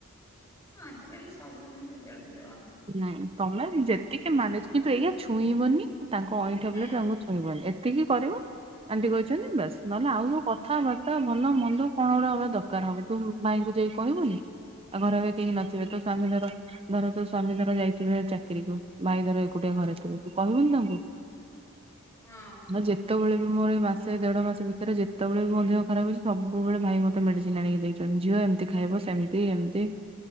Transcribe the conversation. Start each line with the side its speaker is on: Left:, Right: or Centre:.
Left: ହଁ ଆଜିକାଲି ସବୁ ସେମିତି ଦେଢଶୁର
Right: ନାଇଁ ତମେ ଯେତିକି ମାନେଜ୍ କିନ୍ତୁ ଏଇଆ ଛୁଇଁବନି ତାଙ୍କ ଅଇଁଠା
Left: ହୁଁ।
Right: ପ୍ଲେଟ୍ ତାଙ୍କୁ ଛୁଇଁବନି ଏତିକି କରିବ ଆଣ୍ଟି କହିଛନ୍ତି ବାସ୍ ନହେଲେ ଆଉ ସବୁ କଥାବାର୍ତ୍ତା ଭଲ ମନ୍ଦ କଣ ଗୋଟେ ହବା ଦରକାର ହବ ତୁ ଭାଇଙ୍କୁ ଯାଇକି କହିବୁନି ଆଉ ଘରେ ଏବେ କେହି ନଥିବେ ତୋସ୍ଵାମୀ ଧର ଧର ସ୍ଵାମୀ ଧର ଯାଇଥିବେ ଚାକିରିକୁ ଭାଇ ଧର ଏକୁଟିଆ
Left: ହଁ
Right: ଘରେ ଥିବେ ତୁକହିବୁନି ତାଙ୍କୁ?
Left: ହଁ
Right: ନା ଯେ ଯେତେବେଳେବି ମୋର ଏମାସେ ଦେଢ଼ ମାସେ ଭିତରେ ଯେତେବେଳେବି ମୋ ଦେହ ଖରାପ୍ ହେଇଚି ସବୁବେଳେ ଭାଇ ମୋତେ ମେଡ଼ିସିନ୍ ଆଣିକି ଦେଇଚ ଝିଅ ଏମତି ଖାଇବ ସେମତି ଏମିତି